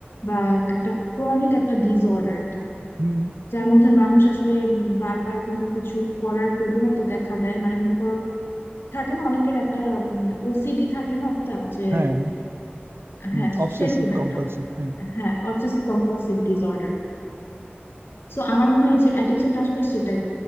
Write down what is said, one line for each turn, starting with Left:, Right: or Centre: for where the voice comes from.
Left: বা একটা ক্রনিক একটা ডিসঅর্ডার এটা
Right: হুম
Left: যার মধ্যে মানুষ আসলে উম, বারবার কোনো কিছু করার প্রবণতা দেখা দেয় মানে মনে করো থাকে না অনেকের একটা ওসিডি থাকে না একটা যে
Right: হ্যাঁ হ্যাঁ হুম
Left: হ্যাঁ
Right: অবসেসিভ
Left: সেরকম
Right: কম্পালসিভ
Left: একটা
Right: হ্যাঁ
Left: হ্যাঁ অবসেসিভ কম্পালসিভ ডিসঅর্ডার সো আমার মনে হয় যে অ্যাডিকশনটা আসলে সেটাই